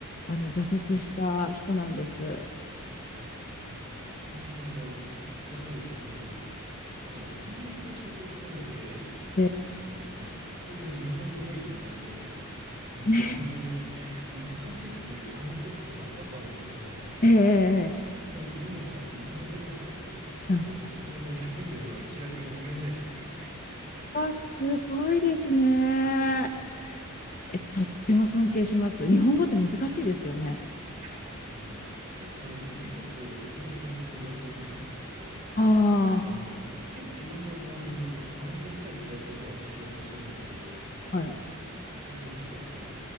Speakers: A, on the left; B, on the right.
A: あの挫折した人なんです。
B: いや、もう、本当にあの、おっしゃる通り僕、この翻訳の仕事をするまで、
A: で
B: その、まあ、当然日本語ネイティブなんで、<laughs> 日本語に難しいっていう感じたことなかったんですけど、
A: ねえええええ
B: もう今は日本語なんて母国語だぜみたいなのは気楽に言えないですね。
A: うん
B: い
A: あ、すごいですね。え、とっても尊敬します。日本語って難しいですよね。
B: やもうあの、さ、あの、僕美術の翻訳が専門なんですけど、
A: あ
B: あの、結構いろんなジャンル、案件さえいただければ仕事をしてるので、
A: あ、はい。
B: 最近ちょっとあの、